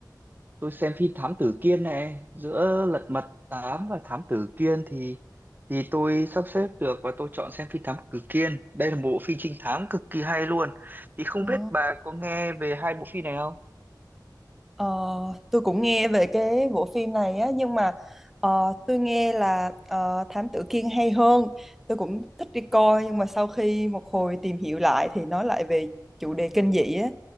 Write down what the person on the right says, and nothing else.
tôi xem phim Thám Tử Kiên này, giữa Lật Mặt 8 và Thám Tử Kiên thì thì tôi sắp xếp được và tôi chọn xem phim Thám Tử Kiên. Đây là một bộ phim trinh thám cực kỳ hay luôn. Thì không
biết bà có nghe về hai bộ phim này không?